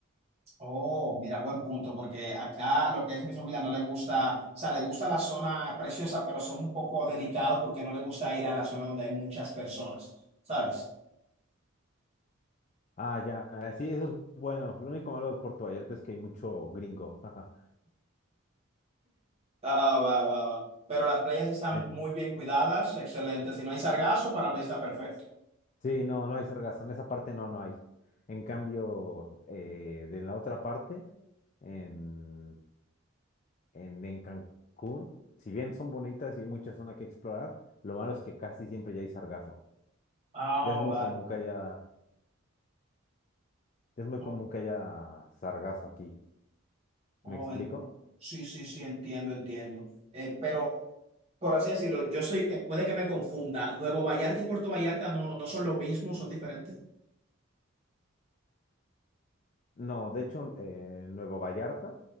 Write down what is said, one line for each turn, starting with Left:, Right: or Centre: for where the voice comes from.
Right: Oh, mira, buen punto, porque acá lo que es mi familia no le gusta, o sea, le gusta la zona preciosa, pero son un poco delicados porque no le gusta ir a la zona donde hay muchas personas, ¿sabes?
Left: Ah, ya, ah, sí, eso es bueno. Lo único malo de Puerto Vallarta es que hay mucho gringo. <laughs> ajá.
Right: Ah, ah, va, va, va. Pero las playas están
Left: En-
Right: muy bien cuidadas, excelente. Si no hay sargazo, para mí está perfecto.
Left: Sí, no, no hay sargazo. En esa parte no, no hay. En cambio, eh, de la otra parte, en, en, en Cancún, si bien son bonitas y hay mucha zona que explorar, lo malo es que casi siempre ya hay sargazo.
Right: Ah,
Left: Ya es muy
Right: vale.
Left: común que haya, ya es muy
Right: Oh,
Left: común que haya sargazo aquí.
Right: oh,
Left: ¿Me explico?
Right: en- Sí, sí, sí, entiendo, entiendo. Eh, pero, por así decirlo, yo estoy, eh, puede que me confunda. Nuevo Vallarta y Puerto Vallarta no, no son lo mismo, son diferentes.
Left: No, de hecho, eh, Nueva Vallarta,